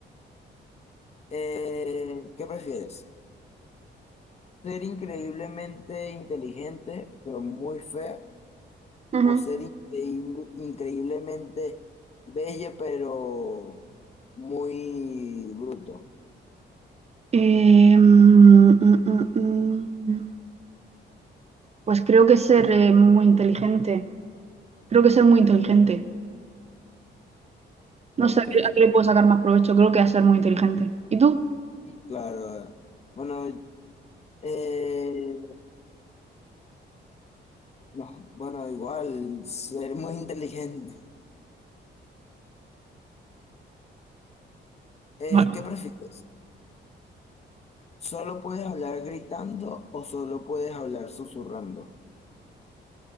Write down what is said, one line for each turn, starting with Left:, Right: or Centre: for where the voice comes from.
Left: Eh, ¿qué prefieres? ¿Ser increíblemente inteligente, pero muy fea?
Right: Ujú.
Left: ¿O ser increíble- increíblemente bella, pero muy bruto?
Right: Eh, mm, mm, mm, mm. Pues creo que ser eh, muy inteligente. Creo que ser muy inteligente.
Left: Ok,
Right: No sé a qué, a qué le puedo sacar más provecho. Creo que a ser muy inteligente. ¿Y tú?
Left: Sí. claro. Bueno, eh, no, bueno, igual, ser muy inteligente. Eh,
Right: Vale.
Left: ¿qué prefieres? ¿Solo puedes hablar gritando o solo puedes hablar susurrando?